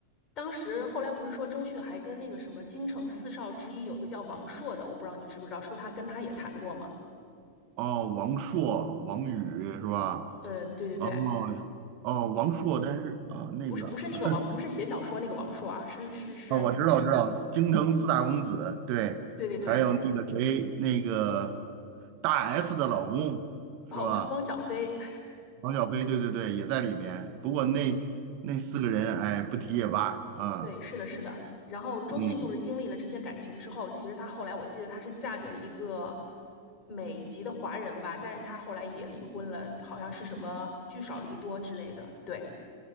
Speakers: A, on the left; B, on the right.
A: 当时后来不是说周迅还跟那个什么京城四少之一有一个叫王朔的，我不知道你知不知道，说他跟他也谈过嘛？
B: 哦，王朔、王宇是吧？
A: 嗯，对对对，
B: 哦哦，王朔，但是啊，那个
A: 不是不是那个王，
B: <laughs>
A: 不是写小说那个王朔啊，是是是，
B: 啊，我知道，我知道，
A: 对
B: 京城四大公子，对，
A: 对对对。
B: 还有那个谁，那个大 S 的老公是吧？
A: 哦，汪小菲，
B: 王小飞，对对对，也在里面。不过那那四个人，哎，不提也罢啊。
A: 对，是的，是的。然后周迅就是经历了这些感情之后，
B: 嗯，
A: 其实她后来我记得她是嫁给了一个美籍的华人吧，但是她后来也离婚了，好像是什么聚少离多之类的。对，